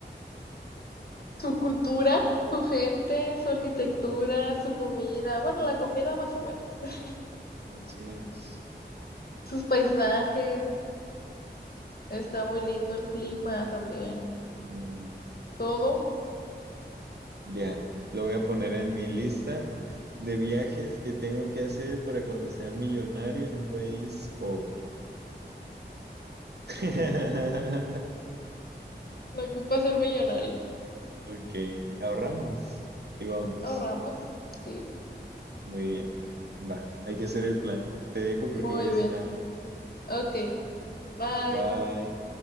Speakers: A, on the left; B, on the right.
A: Su cultura, su gente, su arquitectura, su comida, bueno, la comida más o menos, <laughs>
B: Más o menos.
A: sus paisajes, está muy lindo el clima también,
B: Mm,
A: todo.
B: ya, lo voy a poner en mi lista de viajes que tengo que hacer para cuando sea millonario en un país pobre. <laughs>
A: No ocupa ser millonario.
B: Ok, ahorramos y vamos.
A: Ahorramos, sí.
B: Muy bien. Va, hay que hacer el plan. Te dejo porque
A: Muy
B: voy a
A: bien.
B: cenar.
A: Ok, bye.
B: Bye.